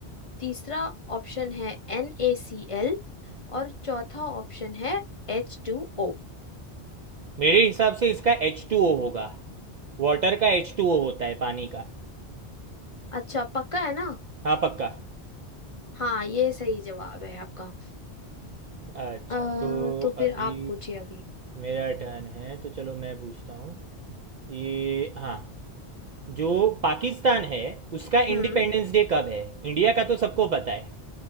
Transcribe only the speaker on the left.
तीसरा ऑप्शन है एन ए सी एल और चौथा ऑप्शन है एच टू ओ
अच्छा पक्का है ना
हाँ ये सही जवाब है आपका
अ,
तो फिर
आप पूछिए अभी
हम्म